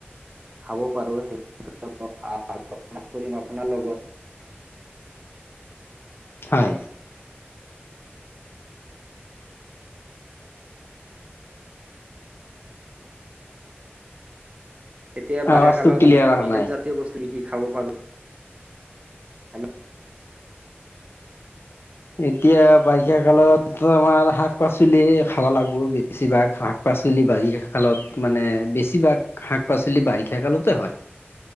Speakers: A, on the right; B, on the left.
A: খাব পাৰোঁ সেই আলোচনা কৰিম আপোনাৰ লগত
B: হয়
A: এতিয়া
B: আৱাজটো
A: বাৰিষা কালত
B: ক্লিয়াৰ
A: আমি
B: অহা
A: ভিটামিন
B: নাই
A: জাতীয় বস্তু কি কি খাব পাৰো হেল্ল'?
B: এতিয়া বাৰিষা কালত আমাৰ শাক পাচলি খাব লাগিব বেছিভাগ শাক শাক পাচলি বাৰিষা কালত মানে বেছিভাগ শাক পাচলি বাৰিষা কালতে হয়